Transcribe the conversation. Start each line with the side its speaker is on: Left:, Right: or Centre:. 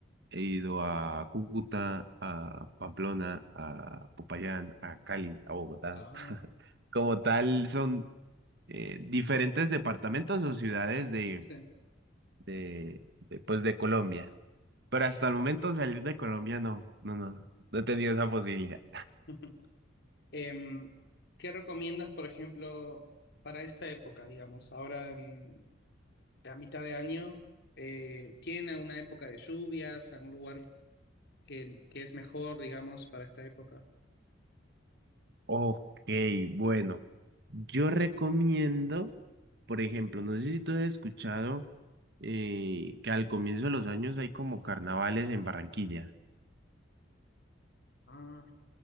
Right: he ido a Cúcuta, a Pamplona, a Popayán, a Cali, a Bogotá.
Left: Ah,
Right: <laughs> Como tal, son eh, diferentes departamentos o ciudades de,
Left: sí.
Right: de, de, pues, de Colombia. Pero hasta el momento salir de Colombia no, no, no, no he tenido esa posibilidad.
Left: <laughs> Em, ¿qué recomiendas, por ejemplo, para esta época, digamos, ahora en la mitad de año? Eh, ¿tienen alguna época de lluvias, algún lugar que, que es mejor, digamos, para esta época?
Right: Ok, bueno, yo recomiendo, por ejemplo, no sé si tú has escuchado eh, que al comienzo de los años hay como carnavales en Barranquilla.
Left: Ah,